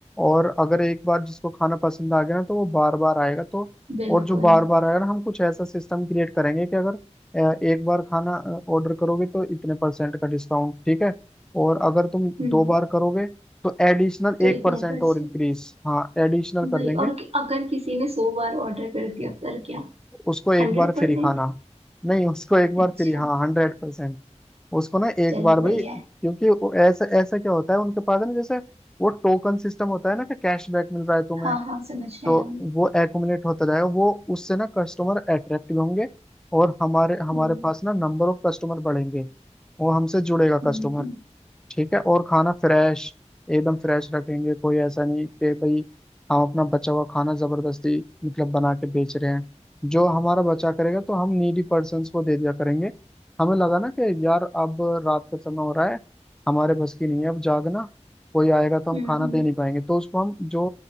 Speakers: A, in the centre; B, on the right (about 60°).
A: और अगर एक बार जिसको खाना पसंद आ गया ना तो वो बार बार आएगा तो
B: बिल्कुल
A: और जो बार बार आएगा ना हम कुछ ऐसा सिस्टम क्रिएट करेंगे कि अगर अ, एक बार खाना ऑर्डर करोगे तो इतने परसेंट का डिस्काउंट ठीक है और अगर तुम
B: हम्म
A: दो बार करोगे तो एडिशनल
B: तो
A: एक
B: इतने
A: परसेंट
B: पर
A: और
B: से
A: इंक्रीज हाँ एडिशनल कर
B: वही
A: देंगे
B: और कि- अगर किसी ने सौ बार ऑर्डर कर दिया फिर क्या
A: उसको एक
B: Hundred
A: बार
B: percent
A: फ्री खाना नहीं उसको एक बार
B: अच्छा
A: फ्री हाँ हंड्रेड परसेंट उसको ना एक
B: चलो
A: बार भाई
B: बढ़िया है
A: क्योंकि वो ऐसा ऐसा क्या होता है उनके पास है ना जैसे वो टोकन सिस्टम होता है ना कि कैशबैक मिल रहा है तुम्हें
B: हाँ हाँ समझ रहे
A: तो
B: हैं हम
A: वो एक्यूमुलेट होता जाएगा वो उससे ना कस्टमर अट्रैक्ट भी होंगे और हमारे हमारे
B: हम्म
A: पास ना नंबर ऑफ कस्टमर बढ़ेंगे वो हमसे जुड़ेगा
B: हम्म
A: कस्टमर
B: हम्म
A: ठीक है और खाना फ्रेश एकदम फ्रेश रखेंगे कोई ऐसा नहीं कि भाई हम अपना बचा हुआ खाना जबरदस्ती मतलब बना के बेच रहे हैं जो हमारा बचा करेगा तो हम नीडी पर्सन्स को दे दिया करेंगे हमें लगा ना कि यार अब रात का समय हो रहा है हमारे बस की नहीं है अब जागना कोई आएगा तो हम
B: हम्म
A: खाना
B: हम्म।
A: दे नहीं पाएंगे तो उसको हम जो